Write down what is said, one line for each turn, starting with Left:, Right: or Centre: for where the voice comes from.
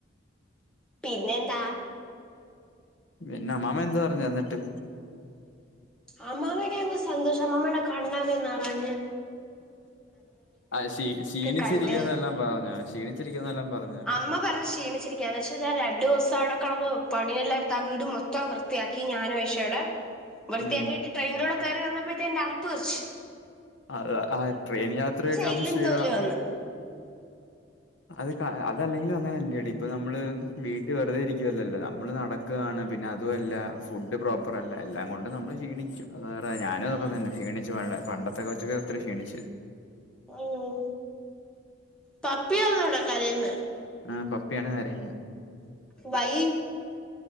Centre: പിന്നെന്താ
Left: പിന്നെ അമ്മാമ്മ എന്തു പറഞ്ഞു എന്നിട്ട്
Centre: അമ്മാമക്കങ്ങ് സന്തോഷം അമ്മാമ്മടെ കണ്ണൊക്കെ നിറഞ്
Left: ആ ക്ഷീ ക്ഷീണിച്ചിരിക്കന്നെല്ലാം
Centre: കണ്ട്
Left: പറഞ്ഞാ ക്ഷീണിച്ചിരിക്കന്നെല്ലാം പറഞ്ഞാ
Centre: അമ്മ പറ ക്ഷീണിചിരിക്കാന്ന് ക്ഷേ ഞാ രണ്ട് ദിവസം അവിടെ കടന്ന് പണി എല്ലായിടത്ത് ആ വീട് മൊത്തം വൃത്തിയാക്കി ഞാനും ആയിശോടെ വൃത്തിയാക്കിയിട്ട്
Left: ഉം
Centre: ട്രെയിനിലൂടെ കേറി വന്നപ്പോഴത്തെ എന്റെ അടപ്പ് തെറിച്ചു
Left: അ ആ ട്രെയിൻ യാത്രയൊക്കെ <unintelligible>
Centre: എല്ലും തോലും വന്ന്
Left: അത് ക അതല്ലെങ്കിലിൽ അ അങ്ങനല്ലേടി ഇപ്പ നമ്മള് വീട്ട് വെറുതെ ഇരിക്കുവല്ലല്ലോ നമ്മള് നടക്കാണ് പിന്നെ അതുവല്ല ഫുഡ് പ്രോപ്പറ് അല്ല എല്ലാം കൊണ്ട് നമ്മൾ ക്ഷീണിക്കും വേറെ ഞാനും
Centre: ഉം
Left: തൊക്കെ തന്നെ ക്ഷണിച്ചു പ പണ്ടത്തെ കൊച്ചൊക്കെ ഒത്തിരി ക്ഷീണിച്ചു.
Centre: ഉം പപ്പിയന്നോട കരയിന്നെ
Left: ആഹ് പപ്പിയാണ് കരയ്ന്നെ.
Centre: ഭായി